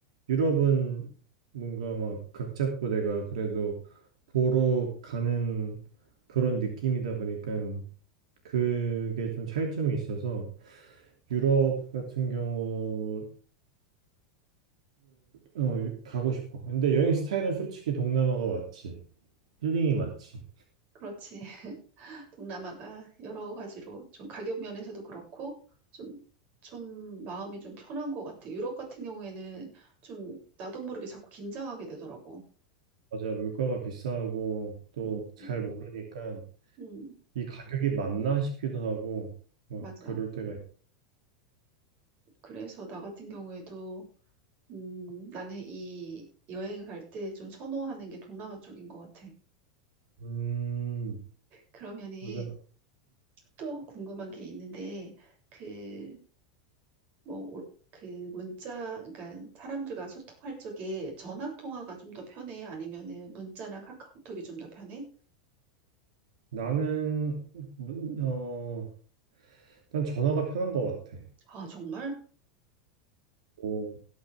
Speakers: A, on the right (about 80°); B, on the right (about 45°).
A: 유럽은 뭔가 막 각 잡고 내가 그래도 보러 가는 그런 느낌이다 보니까 그게 좀 차이점이 있어서 유럽 같은 경우를 어, 가고 싶어. 근데 여행 스타일은 솔직히 동남아가 맞지. 힐링이 맞지.
B: 그렇지. <laughs> 동남아가 여러 가지로 좀 가격 면에서도 그렇고 좀, 좀 마음이 좀 편한 것 같아 유럽 같은 경우에는 좀 나도 모르게 자꾸 긴장하게 되더라고.
A: 맞아, 물가가 비싸고 또
B: 음,
A: 잘
B: 음,
A: 모르니까
B: 음.
A: 이 가격이 맞나 싶기도 하고 막
B: 맞아.
A: 그럴 때가 있
B: 그래서 나 같은 경우에도 음, 나는 이 여행을 갈 때 좀 선호하는 게 동남아 쪽인 것 같아.
A: 음,
B: 그러면은
A: 맞아.
B: 또 궁금한 게 있는데 그 뭐 올- 그 문자 그러니까 사람들과 소통할 적에 전화 통화가 좀 더 편해? 아니면은 문자나 카카오톡이 좀 더 편해?
A: 나는 어 일단 전화가 편한 것 같아.
B: 아, 정말?
A: 뭐